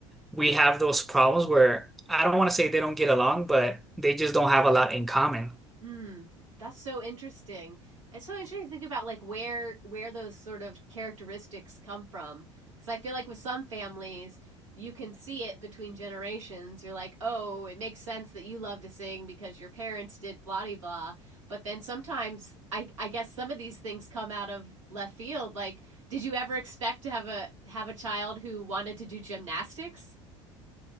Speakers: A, in the centre; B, on the right.
A: we have those problems where I don't want to say they don't get along, but they just don't have a lot in common.
B: Mm, that's so interesting. It's so interesting to think about like where where those sort of characteristics come from, because I feel like with some families, you can see it between generations. You're like, oh, it makes sense that you love to sing because your parents did blah de blah. But then sometimes, I I guess some of these things come out of left field. Like, did you ever expect to have a have a child who wanted to do gymnastics?